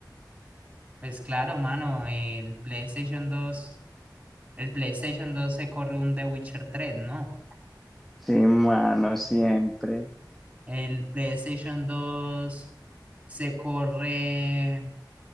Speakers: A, on the right; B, in the centre.
A: pues claro, mano, el PlayStation dos el PlayStation dos se corre un The Witcher tres ¿no?
B: Sí, mano, siempre.
A: El PlayStation dos se corre,